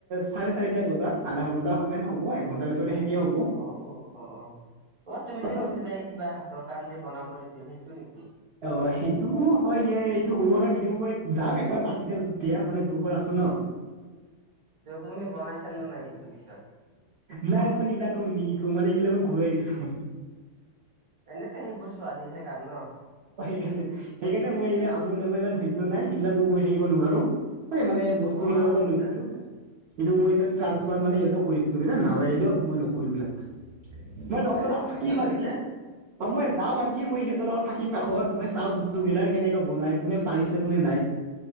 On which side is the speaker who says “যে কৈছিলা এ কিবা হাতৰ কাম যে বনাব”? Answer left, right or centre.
Right